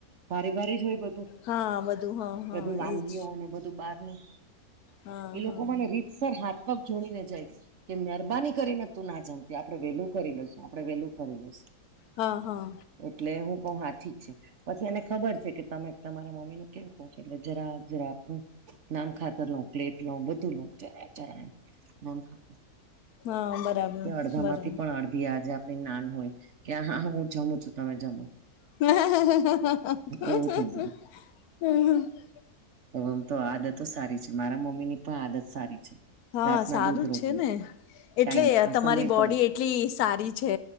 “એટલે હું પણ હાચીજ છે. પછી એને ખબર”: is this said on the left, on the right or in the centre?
Right